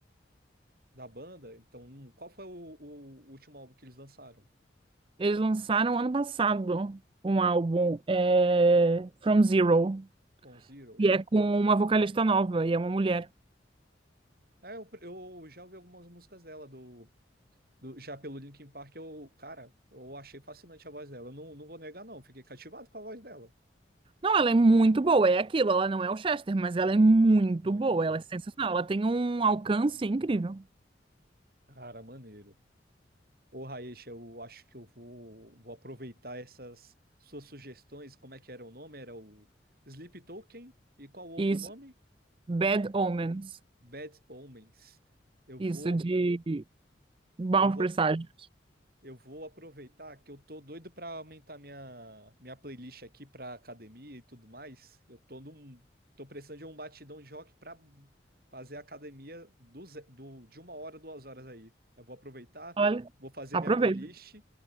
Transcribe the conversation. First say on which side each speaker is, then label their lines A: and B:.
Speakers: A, on the right; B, on the right.
A: da banda, então hum, qual foi o, o último álbum que eles lançaram?
B: Eles lançaram ano passado um
A: Hum,
B: álbum, é, From Zero,
A: Bon Zero.
B: e é com uma vocalista nova, e é uma mulher.
A: É, eu, eu já ouvi algumas músicas dela, do, do- já pelo Linkin Park, eu, cara, eu achei fascinante a voz dela. Eu não, não vou negar, não, fiquei cativado com a voz dela.
B: Não, ela é muito boa, é aquilo, ela não é o Chester, mas ela é muito
A: Muito
B: boa,
A: boa.
B: ela é sensacional, ela tem um alcance incrível.
A: Cara, maneiro. Ô, Raíssa, eu acho que eu vou, vou aproveitar essas suas sugestões. Como é que era o nome? Era o Sleep Token e qual o outro
B: Isso,
A: nome?
B: Bad Omens,
A: Bad Omens. Eu vou,
B: isso de maus
A: eu vou,
B: presságios.
A: eu vou aproveitar que eu tô doido pra aumentar minha minha playlist aqui pra academia e tudo mais. Eu tô num, tô precisando de um batidão de rock pra fazer a academia do, ze- do- de uma hora, duas horas aí. Eu vou aproveitar,
B: Olha,
A: vou fazer
B: aproveita.
A: minha playlist